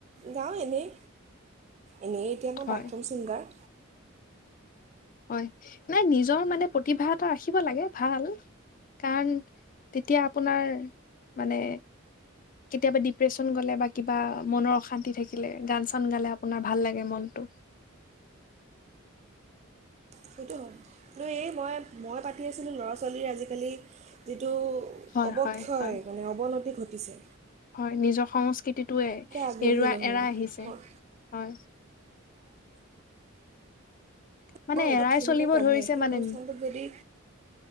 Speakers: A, on the right; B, on the left.
A: যাঁও এনেই এনেই এতিয়া মই
B: হয়
A: বাথৰুম ছিংগাৰ
B: হয় নাই নিজৰ মানে প্ৰতিভা এটা ৰাখিব লাগে ভাল কাৰণ তেতিয়া আপোনাৰ মানে কেতিয়াবা ডিপ্ৰেচন গলে বা কিবা মনৰ অশান্তি থাকিলে গান চান গালে আপোনাৰ ভাল লাগে মনটো
A: সেইটো হয় কিন্তু এই মই মই পাতি আছিলোঁ ল'ৰা ছোৱালীৰ আজিকালি টো
B: হয়
A: অৱক্ষয়
B: হয় হয়
A: মানে অৱনতি ঘটে পিছে
B: হয় নিজৰ সংস্কৃতিটোৱে
A: আগ্ৰহী
B: এৰুৱা
A: নহয়
B: এৰাই আহিছে হয় মানে
A: মই এই
B: এৰাই
A: সিহঁতে
B: চলিব
A: পঢ়ে
B: ধৰিছে
A: সেই
B: মানে
A: অনুষ্ঠানটোত যদি